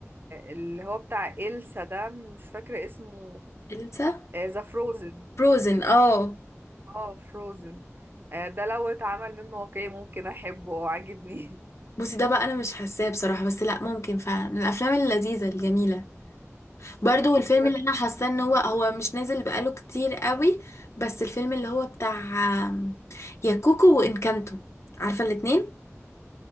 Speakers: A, on the right; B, on the left.
A: اللي هو بتاع إلسا ده مش فاكرة اسمه
B: إلسا
A: آه، ذا فروزن
B: فروزن اه
A: اه فروزن آه، ده لو اتعمل منه واقعي ممكن أحبه وعاجبني
B: بصي ده بقى انا مش حاساه بصراحة بس لا ممكن فعلا من الافلام اللذيذة الجميلة برضو الفيلم
A: <laughs>
B: اللي انا حاساه ان هو هو مش نازل بقاله كتير قوي بس الفيلم اللي هو بتاع آم، يا كوكو وانكانتو عارفة الاتنين